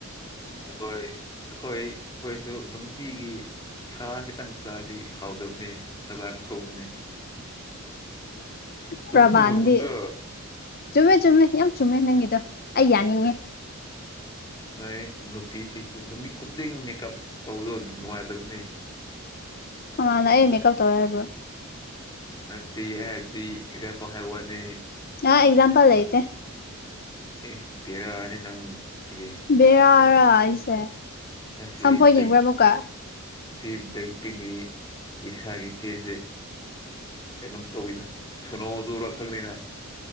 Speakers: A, on the left; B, on the left.
A: ꯑꯩꯈꯣꯏ ꯑꯩꯈꯣꯏ ꯑꯩꯈꯣꯏꯁꯨ ꯅꯨꯡꯇꯤꯒꯤ ꯁꯂꯥꯠ ꯈꯤꯇꯪ ꯆꯥꯔꯗꯤ ꯍꯥꯎꯇꯕꯅꯤ ꯍꯛꯖꯥꯡ ꯁꯨꯕꯅ‌ꯦ
B: ꯄ꯭ꯔꯃꯥꯟꯗꯤ
A: ꯆꯨꯝꯕꯨ ꯆꯨꯝꯗ꯭ꯔꯣ
B: ꯆꯨꯝꯃꯦ ꯆꯨꯝꯃꯦ ꯌꯥꯝ ꯆꯨꯝꯃꯦ ꯅꯪꯒꯤꯗꯣ ꯑꯩ ꯌꯥꯅꯤꯡꯉꯦ
A: ꯅꯣꯏ ꯅꯨꯄꯤꯁꯤꯁꯨ ꯅꯨꯃꯤꯠ ꯈꯨꯗꯤꯡ ꯃꯦꯀꯞ ꯇꯧꯕꯗꯣ ꯅꯨꯡꯉꯥꯏꯇꯕꯅꯤ
B: ꯀꯅꯥꯅ ꯑꯩ ꯃꯦꯀꯞ ꯇꯧꯋꯦ ꯍꯥꯏꯔꯕ꯭ꯔꯣ
A: ꯅꯠꯇꯦ ꯍꯥꯏꯕꯗꯤ ꯑꯦꯛꯖꯥꯝꯄꯜ ꯍꯥꯏ ꯋꯥꯅꯦ
B: ꯑ ꯑꯦꯛꯖꯥꯝꯄꯜ ꯂꯩꯇꯦ
A: ꯑꯦ ꯕꯦꯔꯥꯅꯤ ꯅꯪꯁꯤꯗꯤ
B: ꯕꯦꯔꯥꯔ ꯑꯩꯁꯦ
A: ꯉꯁꯤ
B: ꯁꯝꯐꯣꯏ
A: ꯕ꯭ꯂꯦꯛ
B: ꯌꯦꯡꯕ꯭ꯔꯥ ꯑꯃꯨꯛꯀ
A: ꯉꯁꯤ ꯕ꯭ꯂꯦꯛ ꯄꯤꯡꯒꯤ ꯂꯤꯁꯥꯒꯤ ꯐꯦꯟꯁ ꯁ‌ꯦ ꯀꯩꯅꯣꯝ ꯇꯧꯋꯤꯗ ꯁꯣꯅꯣ ꯆꯨꯔ ꯈꯪꯗ‌ꯦꯗ